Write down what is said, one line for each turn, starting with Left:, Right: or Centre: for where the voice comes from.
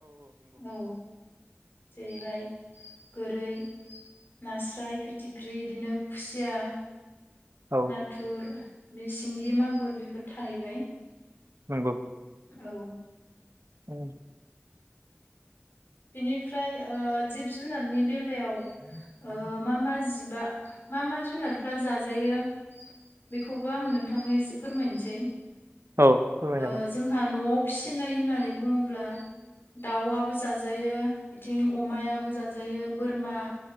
Left: औ जेरैहाय गोरै, नास्राय, फिथिख्रि बिदिनो खुसिया
Right: औ
Left: नाथुर मि सिंगि मागुर बेफोर थाहैबाय।
Right: नंगौ।
Left: औ
Right: उम
Left: बिनिफ्राय ओ जिब जुनारनि बेलायाव मा मा जिबा मा मा जुनारफ्रा जाजायो। बेखौबो आङो नोंथांनो एसे फोरमायनोसै।
Right: औ फोरमाय
Left: ओ
Right: जागोन
Left: जोंहा न'आव फिसिनाय होननानै बुङोब्ला दाउआबो जों जाजायो बेथिं अमायाबो जाजायो बोरमा